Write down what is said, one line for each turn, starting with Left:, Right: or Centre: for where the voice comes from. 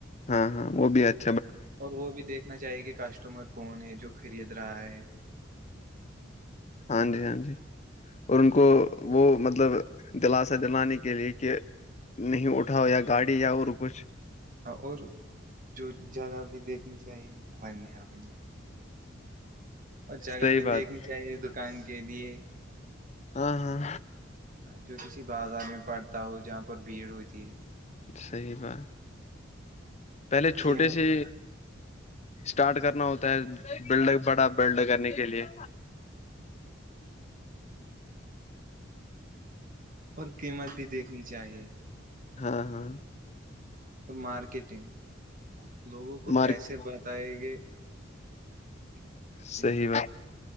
Left: ہاں ہاں وہ بھی اچھ
Right: اور وہ بھی دیکھنا چاہیے کہ کسٹمر کون ہے جو خرید رہا ہے
Left: ہاں جی ہاں جی اور ان کو وہ مطلب دلاسا دلانے کے لیے کہ نہیں اٹھاؤ یا گاڑی یا اور کچھ
Right: اں اور جو جگہ بھی دیکھنی چاہیے <unintelligible> اور جگہ
Left: صحیح
Right: بھی دیکھنی
Left: بات
Right: چاہیے دکان کی کے لیے
Left: ہاں ہاں
Right: جو کسی بازار میں پڑتا ہو جہاں پر بھیڑ ہو ت
Left: صحیح بات
Right: ہے
Left: پہلے چھوٹے
Right: قیمت
Left: سے اسٹارٹ کرنا ہوتا ہے بلڈ بڑا بلڈ کرنے کے لیے
Right: اور قیمت بھی دیکھنی چاہیے
Left: ہاں ہاں
Right: مارکیٹنگ لوگوں کو
Left: مارک
Right: کیسے بتائے گے کہ پھر
Left: صحیح بات